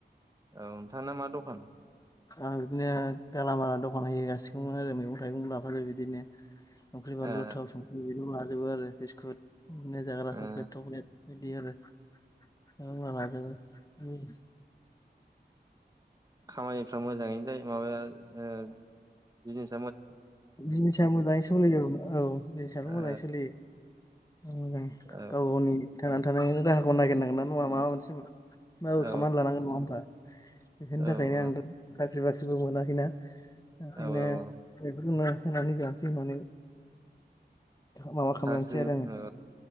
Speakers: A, on the right; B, on the left.
A: औ नोंथाना मा दखान
B: आं बिदिनो गालामाला दखान होगासिगौमोन आरो मैगं थाइगं लाफायो बिदिनो संख्रि बानलु
A: ओ
B: थाव बिदिनो लाजोबो आरो बिस्कुट बिदिनो जाग्रा
A: ओ
B: सक्लेट टक्लेट बिदि आरो होनबा लाजोबो
A: खामानिफ्रा मोजाङैनो जायो माबाया ओ बिजनेस
B: बिजनेसआ मोजाङै सोलियो औ बिजनेसआथ' मोजाङै
A: ओ
B: सोलियो मोजां
A: औ
B: गाव गावनि थांनानै थानायनि राहाखौ नागिरनांगोन ना नङा माबा मोनसे माबो
A: औ
B: खालामनानै लानांगोन नङा होमबा बेफोरनि
A: औ
B: थाखायनो आं दा <unintelligible> मोनाखैना ओंखायनो
A: औ औ
B: बेफोरखोनो होनानै जानसै होननानै माबा खालामनोसै
A: साख्रि
B: आरो आङो
A: औ